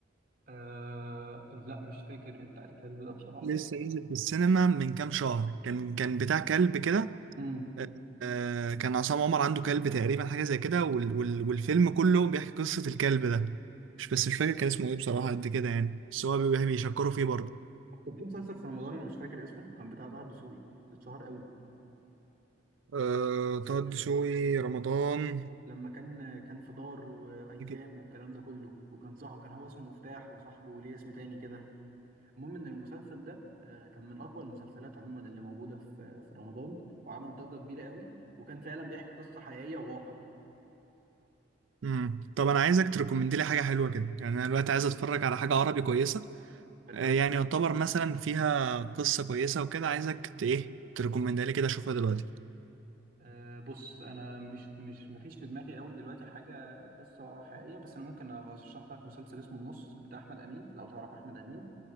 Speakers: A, on the right; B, on the right.
A: آه... لا مش فاكر ايه بتاع الكلب ده بصراحه
B: لسه نزل في السينما من كام شهر كان كان بتاع كلب كده
A: امم
B: آه، كان عصام عمر عنده كلب تقريبا حاجة زي كده وال وال والفيلم كله بيحكي قصة الكلب ده مش بس مش فاكر كان اسمه ايه بصراحة قد كده يعني بس هو بي- بيشكروا فيه برضه
A: كان في مسلسل في رمضان انا مش فاكر اسمه كان بتاع طه الدسوقي اتشهر قوي
B: أه طه الدسوقي
A: آه،
B: رمضان
A: لما كان كان في دار وايتام
B: كده
A: والكلام ده كله وكان صح كان هو اسمه مفتاح وصاحبه ليه اسم تاني كده المهم ان المسلسل ده آه، كان من اقوى المسلسلات عموما اللي موجوده في في رمضان وعمل ضجه كبيره قوي وكان فعلا بيحكي قصه حقيقيه وواقع
B: امم طب انا عايزك تريكومند لي حاجة حلوة كده يعني انا دلوقتي عايز اتفرج على حاجة عربي كويسة
A: حلو
B: أه يعني يعتبر مثلا فيها قصة كويسة وكده عايزك ت- ايه تريكومند لي كده اشوفها دلوقتي
A: أه بص انا مش مش مفيش في دماغي قوي دلوقتي حاجه قصه حقيقيه بس انا ممكن ارشح لك مسلسل اسمه النص بتاع احمد امين لو تعرف احمد امين